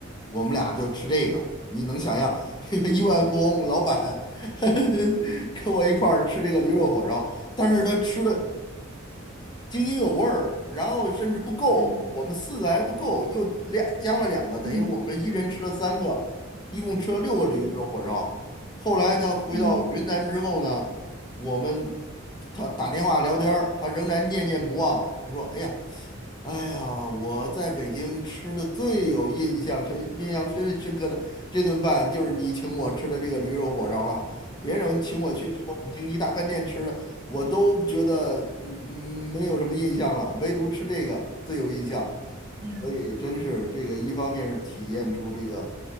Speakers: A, on the left; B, on the right.
A: 我们俩就吃这个。你能想象这个亿万富翁老板 <laughs>
B: 嗯
A: 跟我一块儿吃这个驴肉火烧，但是他吃的津津有味儿，然后甚至不够，
B: 嗯
A: 我们四个还不够，又俩加了两个，等于我们一人吃了三个，
B: 嗯。
A: 一共吃了六个驴肉火烧。
B: 嗯。
A: 后来他回到云南之后呢，
B: 嗯
A: 我们他打电话聊天儿他仍然念念不忘。他说：“哎呀，哎呀，我在北京吃的最有印象深、印象最深刻的这顿饭，就是你请我吃的这个驴肉火烧了。别人请我去什么五星级大饭店吃的，我都觉得嗯没有什么印象了，唯独吃这个最有印象。
B: 嗯
A: 所以真是这个，一方面是体验出这个，